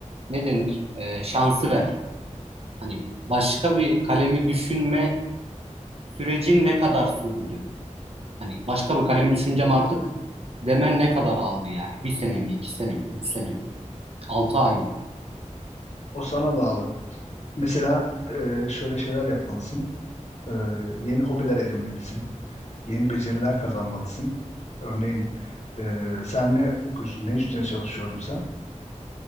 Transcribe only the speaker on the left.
O sana bağlı. Mesela e, şöyle şeyler yapmalısın. E, yeni hobiler edinmelisin. Yeni beceriler kazanmalısın. Örneğin e, sen ne okuyorsun? Ne üstüne çalışıyordun sen?